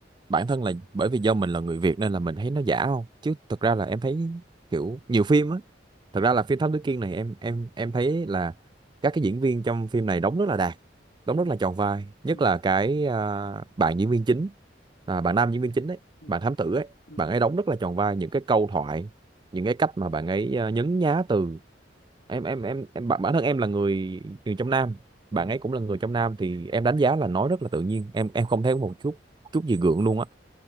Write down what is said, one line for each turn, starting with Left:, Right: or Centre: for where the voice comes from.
Right: bản thân là bởi vì do mình là người Việt nên là mình thấy nó giả không? Chứ thực ra là em thấy kiểu nhiều phim á thật ra là phim Thám Tử Kiên này em em em thấy là các cái diễn viên trong phim này đóng rất là đạt
Left: ừ,
Right: đóng rất là tròn vai nhất
Left: ừ,
Right: là cái à, bạn diễn viên chính à, bạn nam diễn viên chính đấy
Left: ừ,
Right: bạn thám tử ấy
Left: ừ.
Right: bạn
Left: ừ.
Right: ấy đóng rất là tròn vai những cái câu thoại những cái cách mà bạn ấy à, nhấn nhá từ em em em, em bản bản thân em là người người trong Nam
Left: Ừ.
Right: bạn ấy cũng là người trong Nam thì em đánh giá là nói rất là tự nhiên em em không thấy một chút chút gì gượng luôn á